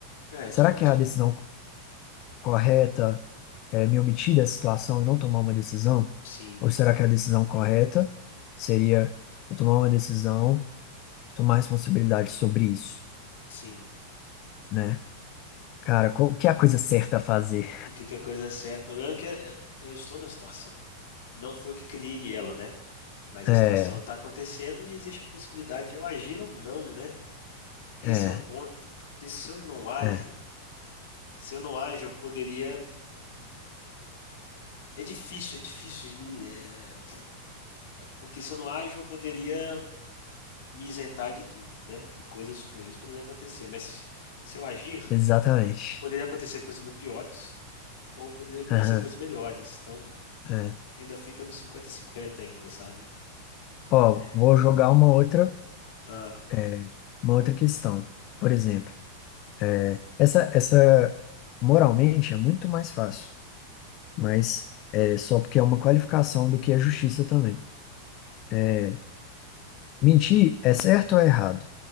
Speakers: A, on the left; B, on the left.
A: É,
B: Será
A: se eu omitir.
B: que é a decisão correta é me omitir da situação e não tomar uma decisão?
A: Sim,
B: Ou será que a decisão correta seria eu tomar uma decisão, tomar responsabilidade sobre isso,
A: sim.
B: né? Cara, qual, o que é a coisa certa a fazer?
A: O que que a coisa é certa? O problema é que eh, eu estou na situação. Não fui eu que criei ela, né?
B: <laughs>
A: Mas a
B: É.
A: situação está acontecendo e existe a possibilidade de eu agir ou não, né? Esse
B: É.
A: é o ponto. Porque se eu não ajo,
B: É,
A: se eu não ajo, eu poderia. É difícil, é difícil. não- é, Porque se eu não ajo, eu poderia me isentar de tudo, né? E coisas ruins poderiam acontecer. Mas se eu agir,
B: exatamente.
A: poderia acontecer coisas muito piores ou poderia acontecer
B: Aham,
A: coisas melhores. Então
B: é.
A: ainda fica no cinquenta cinquenta ainda, sabe?
B: Ó,
A: É.
B: vou jogar uma outra,
A: Ah.
B: é, uma outra questão. Por
A: Hum,
B: exemplo, é, essa, essa moralmente é muito mais fácil, mas é só porque é uma qualificação do que é justiça também. É, mentir é certo ou é errado?